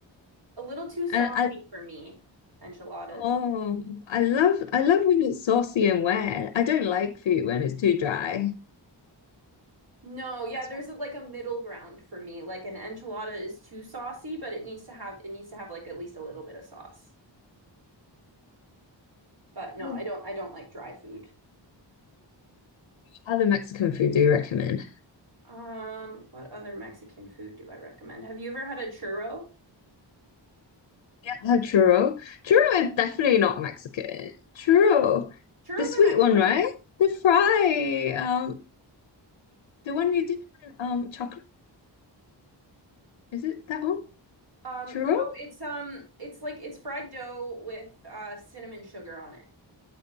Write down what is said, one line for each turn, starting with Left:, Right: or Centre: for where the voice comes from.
Right: A little too saucy
Left: And I
Right: for me. Enchiladas.
Left: oh I love I love when it's saucy and wet. I don't like food when it's too dry.
Right: No, yeah,
Left: That's
Right: there's
Left: what
Right: a, like a middle ground for me. Like an enchilada is too saucy, but it needs to have it needs to have like at least a little bit of sauce. But no,
Left: what
Right: I
Left: is-
Right: don't I don't like dry food.
Left: other Mexican food do you recommend?
Right: Um, what other Mexican food do I recommend? Have you ever had a churro?
Left: Yeah, I have churro. Churro is definitely not Mexican. Churro.
Right: Churros
Left: The sweet
Right: are Mexican.
Left: one, right? The fry. Um The one you did um chocolate, is it that one?
Right: Um,
Left: Churro?
Right: no, it's um, it's like it's fried dough with uh cinnamon sugar on it.